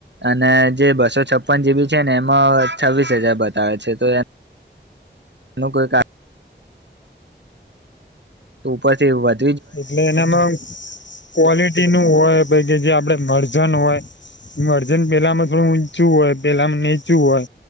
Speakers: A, on the right; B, on the left.
A: અને જે બસો છપ્પન જીબી છે ને, એમાં છવ્વીસ હજાર બતાવે છે તો એ એનું કોઈ કારણ એ ઉપ છે એવું વ
B: એટલે એનામાં ક્વોલિટી નું હોય પ કે જે આપડે મળજ અજૅન હોય અર્જન પેલામાં થોડું ઊંચું હોય પેલા નીચું હોય.